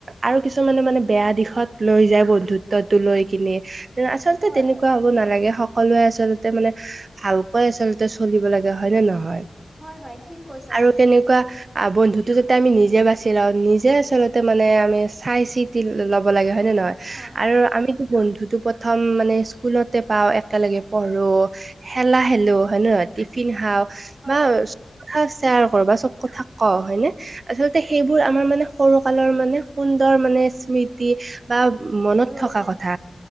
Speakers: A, on the right (about 65°); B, on the right (about 25°).
A: আৰু কিছুমানে মানে বেয়া দিশত লৈ যায় বন্ধুত্বটো লৈ কিনে আচলতে
B: হয়
A: তেনেকুৱা হ'ব নালাগে, সকলোৱে আচল তে মানে ভালকৈ আচলতে চলিব লাগে হয় নে নহয়?
B: হয় হয় ঠিক কৈছা
A: আৰু
B: তুমি
A: তেনেকুৱা আ, বন্ধুতো যাতে আমি নিজে বাচি লওঁ, নিজে আচলতে মানে আমি চাই চিতি ল'ব লাগে হয় নে নহয়? আৰু
B: হয়
A: আমিতো বন্ধুটো প্ৰথম মানে স্কুলতে পাওঁ, একেলগে পঢ় ৰো, খেলা খেলোঁ হয় নে নহয়? টিফিন খাওঁ
B: হয়
A: বা কথাও শ্বেয়াৰ কৰোঁ বা চব কথা কওঁ হয়নে? আচলতে সেইবোৰ আমাৰ মানে সৰু কালৰ মানে সুন্দৰ মানে স্মৃতি। বা মনত
B: ৰৈ
A: থকা
B: যায়
A: কথা